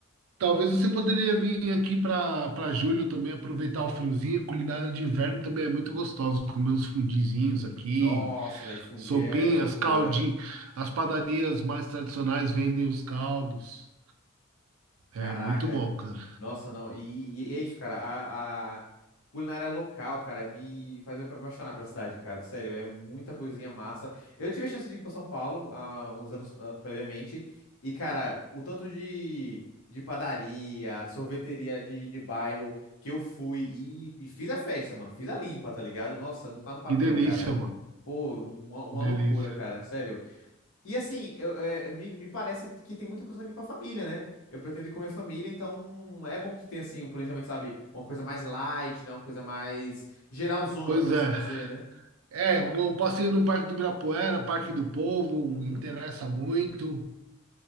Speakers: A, on the right; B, on the left.
A: Talvez você poderia vir aqui para para julho também aproveitar o friozinho. Culinária de inverno também é muito gostosa. Comer uns fundizinhos aqui,
B: Nossa, velho, fundir
A: sopinhas,
B: é, é loucura.
A: caldinho. As padarias mais tradicionais vendem os caldos. É
B: Caraca.
A: muito bom, cara.
B: Nossa, não. E, e é isso, cara. A, a culinária local, cara, me faz me apaixonar pela cidade, cara. Sério, é muita coisinha massa. Eu tive a chance de ir pra São Paulo há uns anos ah, previamente. E, cara, o tanto de, de padaria, sorveteria de, de bairro que eu fui e, e fiz a festa, mano. Fiz a limpa, tá ligado? Nossa, não tá no papel,
A: Que delícia,
B: cara.
A: mano.
B: Pô, uma, uma
A: Delícia.
B: loucura, cara. Sério. E assim, eu, é, é, me, me parece que tem muita coisa também pra família, né? Eu pretendo ir com a minha família, então é bom que tenha, assim, um planejamento, sabe? Uma coisa mais light, né? Uma coisa mais geralzona,
A: Pois
B: por assim
A: é.
B: dizer, né?
A: É, o passeio no Parque do Ibirapuera, Parque do Povo,
B: Uhum.
A: interessa muito.